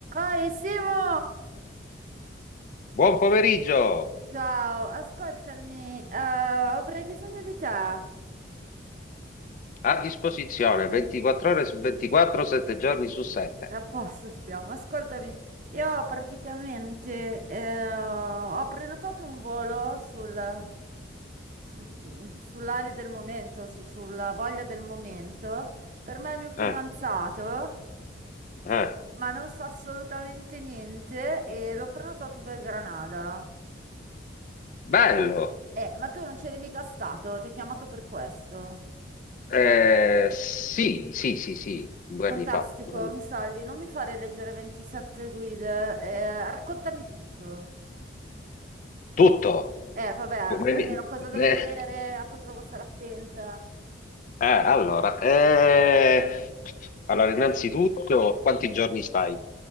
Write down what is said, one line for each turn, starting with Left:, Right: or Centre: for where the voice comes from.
Right: Oi Simo!
Left: Buon pomeriggio,
Right: Ciao, ascoltami, eh, avrei bisogno di te. A
Left: a disposizione 24 ore su 24, 7 giorni su 7.
Right: posto stiamo, ascoltami. Io praticamente eh, ho prenotato un volo sul, sul- mm, sull'ali del momento, su- sulla voglia del momento, per me è il mio fidanzato,
Left: Eh, eh.
Right: ma non so assolutamente niente e l'ho prenotato per Granada.
Left: Bello,
Right: Eh, ma tu non c'eri mica stato, ti ho chiamato per questo.
Left: Eh, sì, sì, sì, sì, due
Right: Fantastico,
Left: anni fa, due anni
Right: mi
Left: fa.
Right: salvi, non mi fare leggere 27 guide, eh, raccontami tutto.
Left: Tutto.
Right: Eh, vabbè, almeno
Left: Ne-
Right: cosa devo
Left: ne-
Right: vedere, a cosa devo stare attenta.
Left: Eh, Eh, allora, eh, allora, innanzitutto, quanti giorni stai?